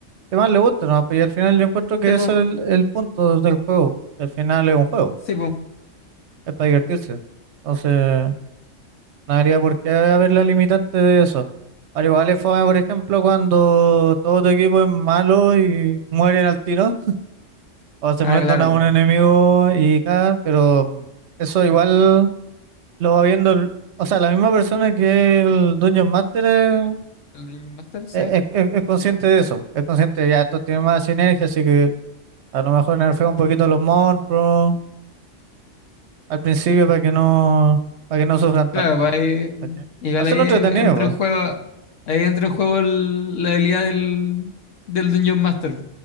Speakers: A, on the right; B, on the left.
A: que más le gusta, ¿no? Pues, Y al final yo encuentro que
B: Sí, po,
A: ese es el, el punto del juego. que Al final es un juego,
B: sí, po.
A: es para divertirse. Entonces, no habría por qué haber la limitante de eso. Al igual es fome, por ejemplo, cuando todo tu equipo es malo y mueren al tiro. o se
B: Ah,
A: enfrentan
B: claro.
A: a un enemigo y cagan, pero mm, eso igual lo va viendo, el- o sea, la misma persona que el Dungeon Master eh,
B: El Dungeon Master, sí.
A: es, es- es consciente de eso, es consciente de, ya esto tiene más sinergia, así que a lo mejor nerfea un poquito a los monstruos al principio para que no, para que no sufran tanto.
B: Claro, pues ahí,
A: ¿cachai?
B: igual
A: Hacerlo
B: ahí
A: entretenido,
B: entra
A: pues.
B: en juego, ahí entra en juego el- la habilidad del, del Dungeon Master,